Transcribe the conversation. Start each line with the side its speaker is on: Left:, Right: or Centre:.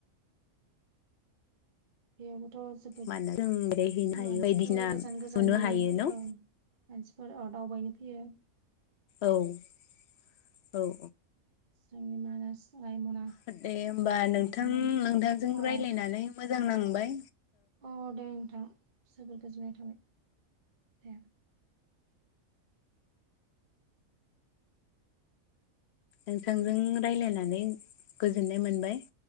Right: बेयावबोथ' जोबोद
Left: मानो जों बेरायहैनो हायो
Right: मानसिफोर
Left: बायदिसिना
Right: गोजान
Left: नुनो
Right: गोजाननि
Left: हायो न'
Right: ओं मानसिफोर दावबायनो फैयो
Left: औ-औ-औ
Right: जोंनि मानास रायमना
Left: औ दे होमबा नोंथां
Right: <unintelligible>
Left: नोंथांजों
Right: अ
Left: रायज्लायनानै मोजां नांबाय
Right: औ दे नोंथां जोबोर गोजोननाय थाबाय दे
Left: नोंथांजों रायलायनानै गोजोननाय मोनबाय